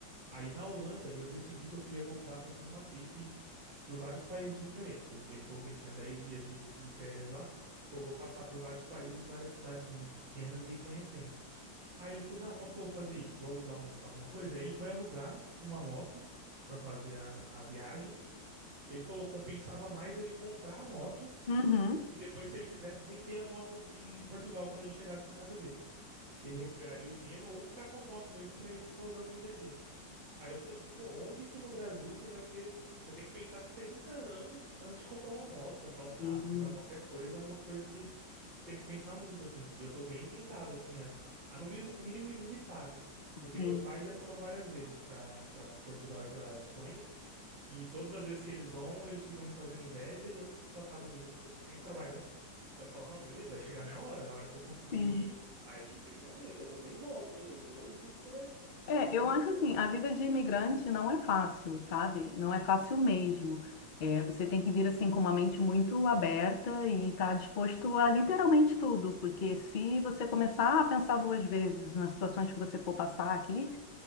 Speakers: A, on the right (about 75°); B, on the left (about 55°).
A: Aí na Holanda eu decidi que eu queria voltar fazendo uma trip por vários países diferentes. Ele falou que ele tinha 10 dias de, de férias lá, falou: Vou passar por vários países, várias cidadezinhas pequenas e ir conhecendo. Aí ele falou assim: Ah, como que eu vou fazer isso? Vou alugar um- alguma coisa? Aí ele foi alugar uma moto. Pra fazer a, a viagem. Ele falou que compensava mais ele comprar a moto
B: Uhum. Uhum.
A: e depois, se ele quisesse vender a moto em em Portugal quando ele chegasse na casa dele, que ele recuperaria o dinheiro ou ficar com a moto mesmo pra ele ficar usando no dia a dia. Aí eu falei assim, pô, onde que no Brasil você vai ter. Você tem que pensar 30 anos antes de comprar uma moto, comprar um carro,
B: Sim,
A: comprar qualquer coisa, é uma coisa que, que você tem que pensar muito, assim. E eu tô bem tentado, assim, a, a no mesmo mínimo ir visitar, né? Porque
B: sim,
A: meus pais já foram várias vezes pra para Portugal e pra Espanha. E todas as vezes que eles vão, eles ficam me fazendo inveja e eu, acabo não indo porque eu tô sempre trabalhando. E eu falo, não, beleza, vai chegar a minha hora, a hora que eu conseguir
B: sim.
A: ir, aí vocês vão ver, eu não nem volto, hein? Eu vou e fico por aí, por
B: É,
A: aí
B: eu
A: já.
B: acho assim, a vida de imigrante não é fácil, sabe? Não é fácil mesmo. É, você tem que vir assim com uma mente muito aberta e estar disposto a literalmente tudo, porque se você começar a pensar duas vezes nas situações que você for passar aqui,